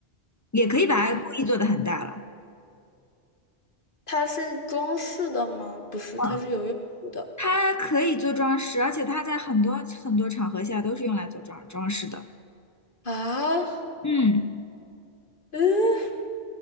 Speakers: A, on the left (about 20°); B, on the left (about 50°).
A: 也可以把它故意做得很大了。
B: 嗯，它是装饰的吗？不是，
A: 嗯，
B: 它是有用途的
A: 它可以做装饰，而且它在很多很多场合下都是用来做装装饰的。
B: 啊。
A: 嗯。
B: 嗯，